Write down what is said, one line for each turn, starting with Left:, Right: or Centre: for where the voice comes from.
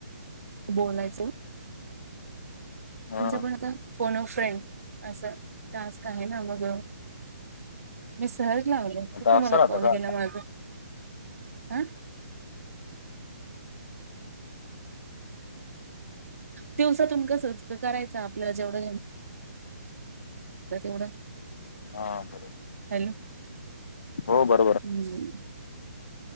Right: बोलायचं
Left: म्हणून.
Right: तुमचं
Left: हां.
Right: पण आता फोन ऑफ फ्रेंथ असं टास्क आहे ना मग मी सहज लावले
Left: आता
Right: तुम्हाला
Left: असं राहतं
Right: कॉल
Left: का?
Right: केला माझ ह दिवसातून कस करायचं आपल्याला जेवढंेव तेवढं
Left: हा बरोबर
Right: हॅलो
Left: हो बर
Right: ह